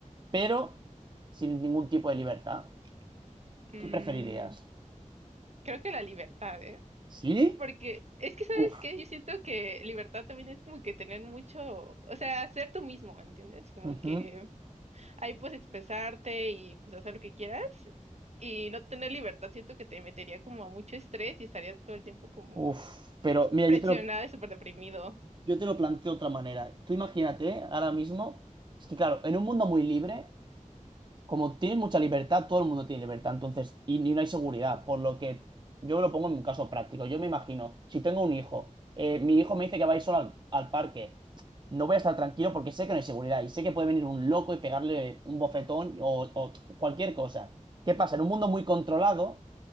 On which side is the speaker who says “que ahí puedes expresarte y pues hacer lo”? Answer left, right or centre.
Right